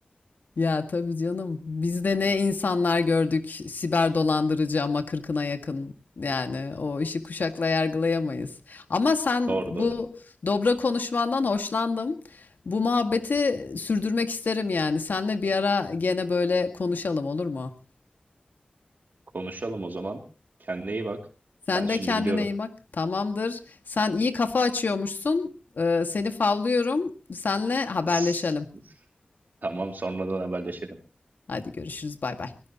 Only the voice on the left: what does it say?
Ya tabii canım. Biz de ne insanlar gördük. Siber dolandırıcı ama kırkına yakın. Yani o işi kuşakla yargılayamayız. Ama sen
bu dobra konuşmandan hoşlandım. Bu muhabbeti sürdürmek isterim yani. Senle bir ara gene böyle konuşalım olur mu?
Sen
de kendine
iyi bak. Tamamdır. Sen iyi kafa açıyormuşsun. Ee, seni favlıyorum. Senle haberleşelim.
Hadi görüşürüz. Bay bay.